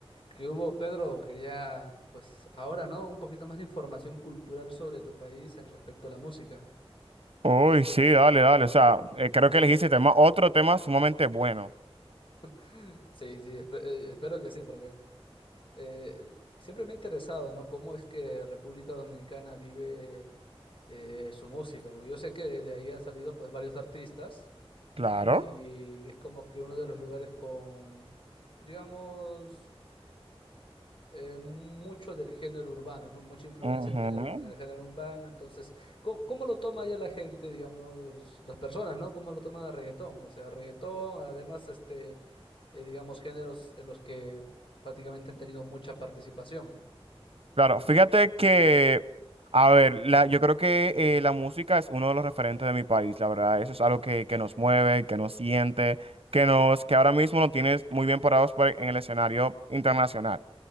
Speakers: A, on the left; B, on the right.
A: ¿Qué hubo, Pedro? Quería, pues ahora, ¿no? Un poquito más de información cultural sobre tu país en respecto a la música. <clears throat>
B: Uy, sí, dale, dale. O sea, eh, creo que elegiste tema, otro tema sumamente bueno.
A: <laughs> Sí, sí, espe- eh, espero que sí, porque eh, l- siempre me ha interesado, ¿no? Cómo es que República Dominicana vive eh, su música, porque yo sé que de ahí han salido pues varios artistas
B: Claro.
A: y es como que uno de los lugares con, digamos, eh, mucho del género urbano, ¿no? Mucha influencia
B: Ujú.
A: del género, en el género urbano. Entonces, ¿cómo, cómo lo toma ya la gente, digamos, las personas, ¿no? ¿Cómo lo toman a reggaetón? O sea, reggaetón, además, este, eh, digamos, géneros en los que prácticamente han tenido mucha participación.
B: Claro, fíjate que, a ver, la, yo creo que eh, la música es uno de los referentes de mi país, la verdad. Eso es algo que, que nos mueve, que nos siente, que nos, que ahora mismo nos tienes muy bien parados por- en el escenario internacional.